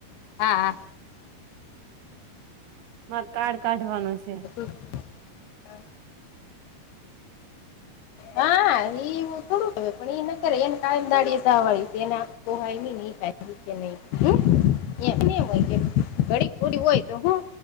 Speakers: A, on the left; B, on the right.
A: હા, હા.
B: મારે કાર્ડ કાઢવાનું છે.
A: તું હા. હા, એવું થોડું હ પણ એ ન કરે એને કાયમ દાળ વાળી એને કાંઈ હોઈ નહીં ઈ કાઈ. કે નમ હોય કે અડીક ઘડી હોય તો હું